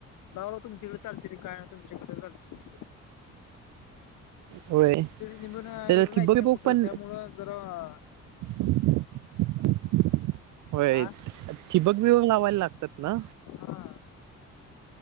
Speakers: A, on the left; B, on the right.
A: बाबा तुमच्याकडे चालतेय काय ना तुमच्याकडे चालतेय.
B: होय
A: लिंबू एवढं
B: तर <unintelligible>
A: माहिती
B: ब्बक
A: ना
B: बक
A: कुठं
B: पण
A: त्यामुळं जरा
B: <inaudible> होय
A: हा
B: थिबक मिळून लावायला लागतात ना.
A: हा